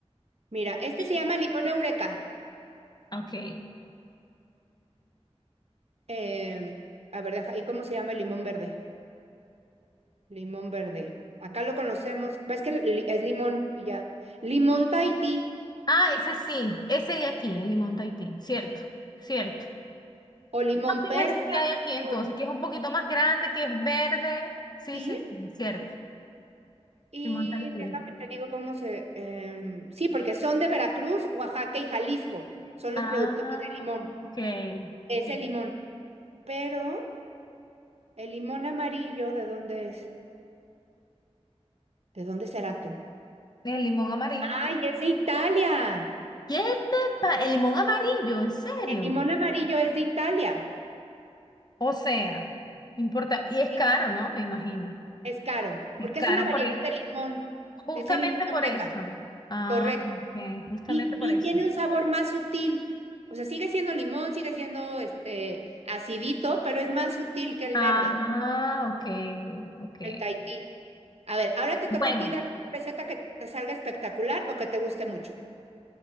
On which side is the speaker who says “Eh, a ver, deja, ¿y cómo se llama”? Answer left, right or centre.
Right